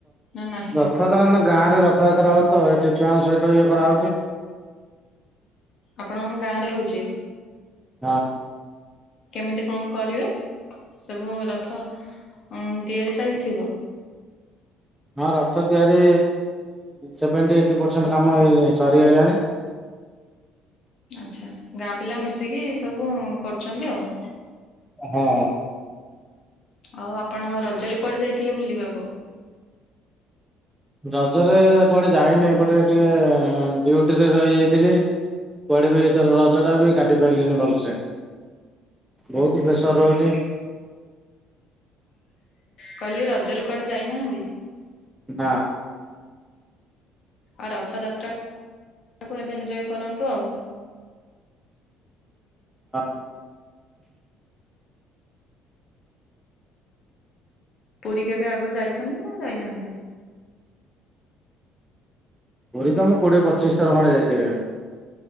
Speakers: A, on the left; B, in the centre.
A: ନା ନାହିଁ?
B: ରଥଯାତ୍ରା ନ ଗାଁ ରେ ରଥଯାତ୍ରା ହଉ ତ ଏଠି ଛୁଆଙ୍କ ସହିତ ଇଏ କରାହେଉଛି।
A: ଆପଣଙ୍କ ଗାଁ ରେ ହଉଛି?
B: ହଁ।
A: କେମିତି କଣ କରିବେ ସବୁ ରଥ ତିଆରି ଚାଲିଥିବ।
B: ହଁ ରଥ ତିଆରି ସେଭେଣ୍ଟି ଏଇଟ୍ ପରସେଣ୍ଟ କାମ ସରିଆଇଲାନି।
A: ଆଚ୍ଛା ଗାଁ ପିଲା ମିଶିକି ସବୁ କରୁଛନ୍ତି ଆଉ।
B: ହଁ।
A: ଆଉ ଆପଣ ରଜରେ କୁଆଡେ ଯାଇଥିଲେ ବୁଲିବାକୁ?
B: ରଜରେ କୁଆଡେ ଯାଇନି ଏପଟେ ଟିକେ ଡ଼ିଉଟି ରେ ରହିଯାଇଥିଲି। କୁଆଡ଼େ ବି ଏଥର ରଜଟା ବି କାଟି ପାରିଲିନି ଭଲସେ ବହୁତ ପ୍ରେସର ରହୁଛି।
A: କହିଲେ ରଜରେ କୁଆଡେ ଯାଇନାହାନ୍ତି।
B: ନାଁ।
A: ଆଉ ରଥ ଯାତ୍ରା କୁ ଏବେ ଏଞ୍ଜୟ୍ କରନ୍ତୁ ଆଉ।
B: ହଁ।
A: ପୁରୀ କେବେ ଆଗରୁ ଯାଇଛନ୍ତି ନା ଯାଇନାହାନ୍ତି?
B: ପୁରୀ ତ ମୁଁ କୋଡ଼ିଏ ପଚିଶ ଥର ଖଣ୍ଡେ ଯାଇ ସାରିଲିଣି।